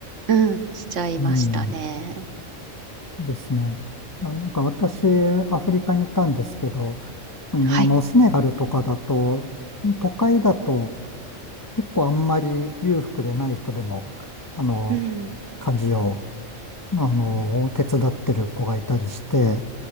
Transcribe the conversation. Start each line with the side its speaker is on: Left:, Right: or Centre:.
Right: うん、しちゃいましたね。
Left: うん、ですね。あ、なんか私、アフリカにいたんですけど、うんあの、
Right: はい。
Left: セネガルとかだと、都会だと結構あんまり裕福でない人でも、あの、
Right: うん。
Left: 家事を、あの、手伝ってる子がいたりして、